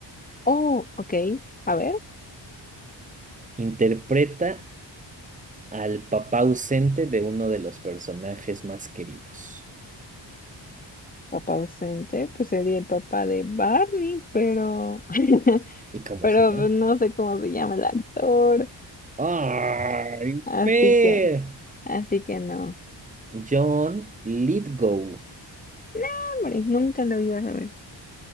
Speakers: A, on the left (about 20°); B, on the right (about 15°).
A: Oh, ok, a ver,
B: Interpreta al papá ausente de uno de los personajes más queridos.
A: papá ausente, pues sería el papá de Barney, pero... <laughs>
B: ¿Y cómo
A: pero
B: se llama?
A: pues, no sé cómo se llama el actor,
B: ¡Ay,
A: así
B: Fer!
A: que, así que no.
B: John Lithgow.
A: No, hombre, nunca lo iba a saber.